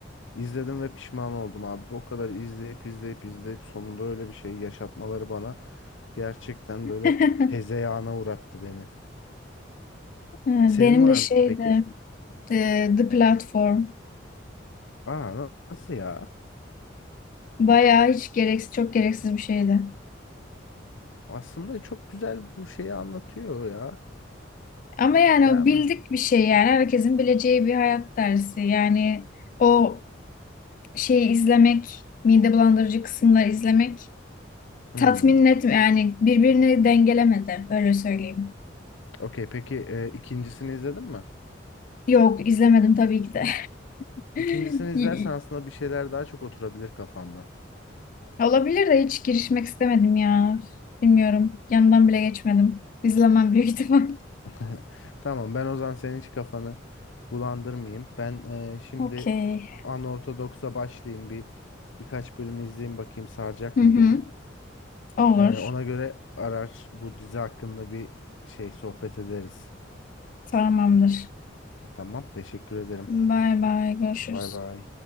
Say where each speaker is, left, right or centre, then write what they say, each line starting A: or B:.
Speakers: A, on the left; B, on the left.
A: İzledim ve pişman oldum abi. O kadar izleyip izleyip izleyip sonunda öyle bir şey yaşatmaları bana gerçekten
B: <laughs>
A: böyle hezeyana uğrattı beni.
B: Evet,
A: Senin
B: Benim
A: var
B: de şeydi
A: mı peki?
B: e, The Platform.
A: Aa na- nasıl ya?
B: Bayağı hiç gereksiz, çok gereksiz bir şeydi.
A: Aslında çok güzel bu şeyi anlatıyor ya.
B: Ama yani
A: Beğenme.
B: o bildik bir şey yani herkesin bileceği bir hayat dersi. Yani o şeyi izlemek, mide bulandırıcı kısımları izlemek
A: Hmm.
B: tatmin etmiyor. Yani birbirini dengelemedi öyle söyleyeyim.
A: Okey peki e, ikincisini izledin mi?
B: Yok izlemedim tabii ki de.
A: İkincisini
B: <laughs>
A: izlersen aslında bir şeyler daha çok oturabilir kafanda.
B: Olabilir de hiç girişmek istemedim ya. Bilmiyorum. Yanından bile geçmedim. İzlemem büyük ihtimal.
A: <laughs> Tamam ben o zaman senin hiç kafanı bulandırmayayım. Ben eee, şimdi
B: <laughs> Okey.
A: anortodoksa başlayayım bir birkaç bölüm izleyeyim bakayım saracak
B: Hı
A: mı
B: hı.
A: beni.
B: Olur.
A: Eee, ona göre arar bu dizi hakkında bir şey sohbet ederiz.
B: Tamamdır.
A: Tamam teşekkür ederim.
B: Bay bay. Görüşürüz.
A: Bay bay.